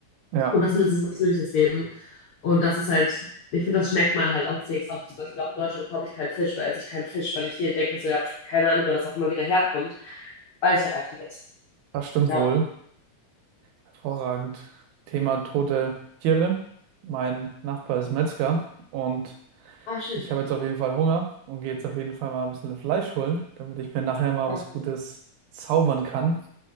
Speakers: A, on the right; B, on the left.
A: Ja,
B: Und das mindestens ein natürliches Leben. Und das ist halt, ich finde, das schmeckt man halt auch. Deswegen kaufe ich zum Beispiel auch in Deutschland kaufe ich keinen Fisch oder esse ich keinen Fisch, weil ich hier denke, so ja, pf, keine Ahnung, wo das auch immer wieder herkommt. Weil ich halt einfach vergessen.
A: das stimmt
B: Ja.
A: wohl. Hervorragend. Thema tote Tiere. Mein Nachbar ist Metzger und
B: Ah, schön.
A: Ich habe jetzt auf jeden Fall Hunger und gehe jetzt auf jeden Fall mal ein bisschen Fleisch holen, damit ich mir nachher mal
B: Ja,
A: was Gutes zaubern kann.